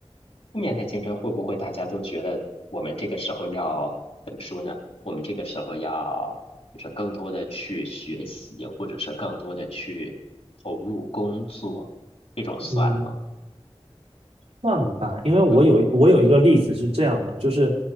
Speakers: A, on the left; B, on the right.
A: 负面的竞争会不会大家都觉得我们这个时候要怎么说呢？我们这个时候要就是更多的去学习，或者是更多的去投入工作，这种算吗？
B: 嗯算吧，因为我有我有一个例子是这样的，
A: 嗯
B: 就是